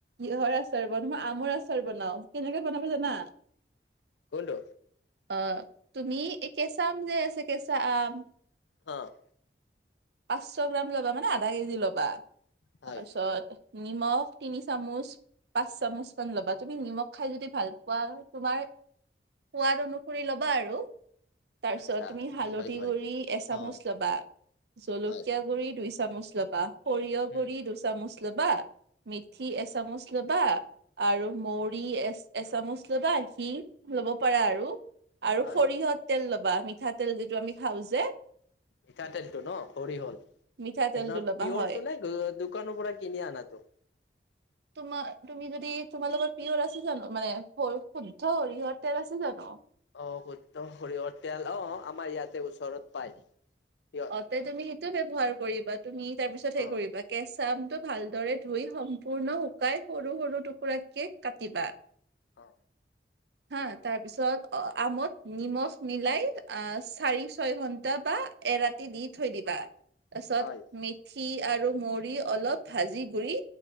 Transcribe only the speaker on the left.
কোনটো?
অ
হয়
আচ্ছা
অ হয় হয়
অ
হয়
উম
হয়
মিঠাতেলটো ন সৰিহৰ
এনু
পিয়ৰটো
নে দোকানৰ পৰা কিনি আনাটো <inaudible>
অ শুদ্ধ সৰিয়হ তেল অ আমাৰ ইয়াতে ওচৰত পায় সিয়
অ
অ
হয়